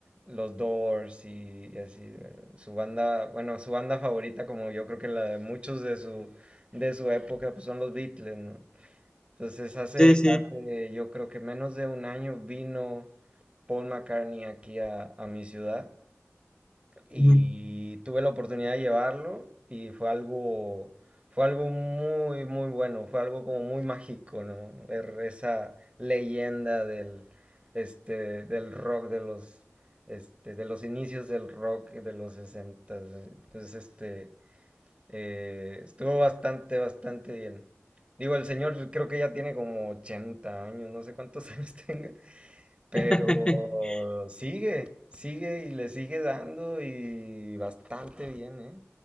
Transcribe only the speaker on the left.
Sí, sí.
Ujú.
<laughs>